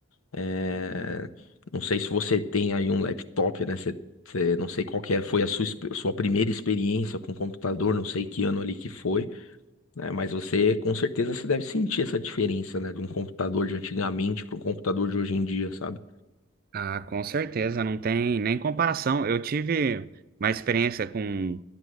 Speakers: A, on the left (about 80°); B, on the right (about 45°).
A: É, Não sei se você tem aí um laptop, né? Você, você- Não sei qual que é- foi a sua, exp- sua primeira experiência com computador, não sei que ano ali que foi, né? Mas você, com certeza, você deve sentir essa diferença, né? De um computador de antigamente para um computador de hoje em dia, sabe?
B: Ah, com certeza, não tem nem comparação. Eu tive uma experiência com